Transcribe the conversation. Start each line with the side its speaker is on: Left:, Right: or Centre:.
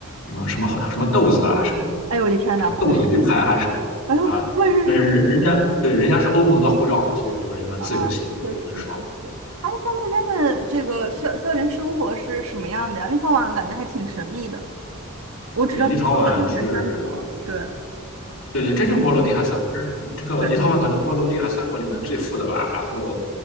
Left: 什么什么好什么豆子啊，什么东西，
Right: 哎呦我的天呐，
Left: 什么豆子鱼排还是什么东西啊？
Right: 不会是，<laughs> 哎呦不会是是
Left: 但是人人家对人家是欧盟的护照嘛，所以说人家自由行就很爽。
Right: 啊，确实确实。哎，在那边的这个校校园生活是什么样的呀？立陶宛感觉还挺神秘的，我只知道是波罗的海三国。
Left: 对，立陶宛是，
Right: 对，
Left: 对对，这就是波罗的海三国，这这个立陶宛可能波罗的海三国里面最富的吧。
Right: 对，
Left: 然后，